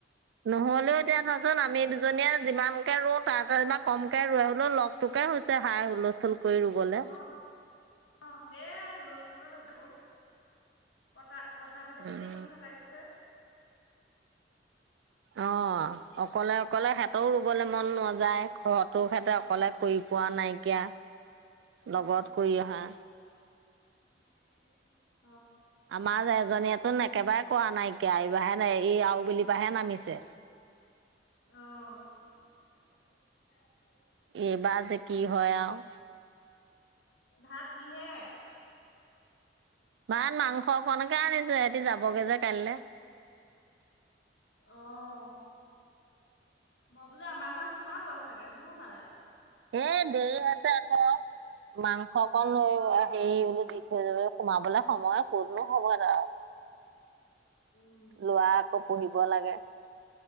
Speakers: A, on the right (about 75°); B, on the left (about 80°).
A: নহ'লেও, এতিয়া ধৰাচোন আমি দুজনীয়ে যিমানকে ৰোওঁ, তাতকে কমকেই হ'লেও লগ হৈছে হাই হুলস্থুল। কৰি ৰুবলে
B: অ', অ' সেয়াই হুলস্থুলত ৰুব কটা কথা পাতি
A: উম
B: থাকিলে আমনি নালাগে যে।
A: অ', অকলে, অকলে
B: উম,
A: সিহঁতৰো ৰুবলে মন নাযায় ঘৰত। তো সিহঁতে
B: অ
A: অকলে কৰি পোৱা নাইকিয়া,
B: অ
A: লগত কৰি অহাঁ।
B: <inaudible>
A: আমাৰ এজনীয়েতো একেবাৰে কৰা নাইকিয়া এইবাৰহে এই আৰুবেলি পৰাহে নামিছে
B: অ'। তাকে।
A: এইবাৰ যে কি হয় আৰু।
B: ভাত কিহে?
A: ভাত মাংস অকণকে আনিছোঁ, সিহঁতি যাবগে যে কাইলে।
B: অ', মই বোলো আমাৰ ঘৰত সোমাব চাগে নোসোমালে।
A: এ, দেৰি আছে আকৌ মাংস অকণ লও
B: অ
A: হেৰি বোলো দি স-সোমাবলে সময় ক'তনো হ'ব আৰু।
B: উম।
A: ল'ৰা আকৌ পঢ়িব লাগে।